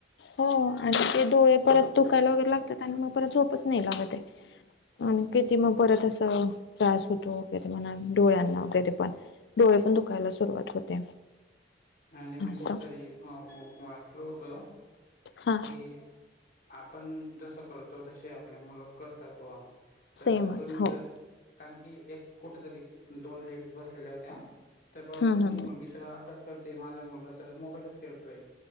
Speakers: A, on the left; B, on the left.
A: हो आणि ते डोळे परत दुखायला वगैरे लागतात आणि मग परत झोपच नाही लागते. आणि किती मग परत असं त्रास होतो वगरे म्हणा डोळ्यांना वगैरे पण. डोळे पण दुखायला सुरुवात होते.
B: आणि मी
A: असं
B: कुठेतरी वाचल होत
A: हा
B: की आपण जसं करतो तसे आपले मुलं करतात बावा तर
A: सेमच
B: तुम्ही
A: हो
B: जर कारण की एक कुठेतरी दोन लेडीज बसलेल्या होत्या तर बाबा
A: हम्म
B: तुमची
A: हम्म
B: मुलगी तर अभ्यास करते माझा मुलगा तर मोबाईलच खेळतोय.